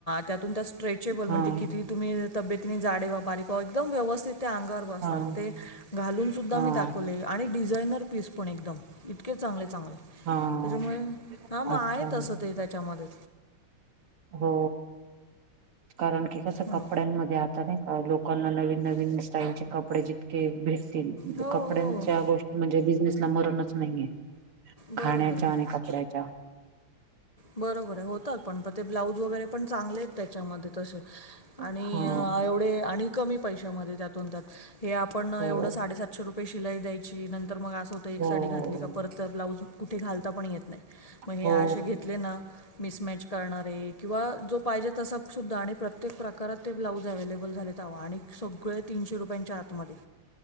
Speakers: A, on the left (about 35°); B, on the right (about 80°).
A: त्यातून त्या स्ट्रेचेबल म्हणजे
B: हा
A: किती तुम्ही तब्येतीने जाडे व्हा, बारीक व्हा एकदम व्यवस्थित ते अंगावर बसतात,
B: हा
A: ते घालून सुद्धा
B: हा
A: मी दाखवले. आणि डिझायनर पीस पण एकदम, इतके चांगले चांगले.
B: हा
A: त्याच्यामुळे हा मग
B: अच्छा
A: आहे तसं ते त्याच्यामध्ये.
B: हो कारण की कस
A: हं.
B: कपड्यांमध्ये आत नाही का लोकांना नवीन नवीन स्टाईलचे कपडे जितके भेटतील
A: हो
B: कपड्यां
A: हो
B: गोष्टी म्हणजे बिझनेसला मरणच नाहीये. खाण्याच्या
A: बरोबर आहे
B: आणि कपड्याच्या.
A: बरोबर आहे होतात, पण प ते ब्लाउज वगैरे पण चांगले आहेत त्याच्यामध्ये तसे, आणि
B: हा
A: एवढे आणि कमी पैशामध्ये त्यातून त्यात, हे आपण
B: हो
A: एवढं साडेसातशे रुपये शिलाई द्यायची नंतर मग अस एक
B: हो
A: साडी घातली का परत ब्लाउज कुठे घालता पण येत नाही. मग
B: हो
A: हे अशे मिमच करणारे किंवा जो पाहिजे तसं सुद्धा आणि प्रत्येक प्रकारात ते ब्लाऊज अव्हेलेबल झालेत हवा आणि सगळे तीनशे रुपयांच्या आतमध्ये.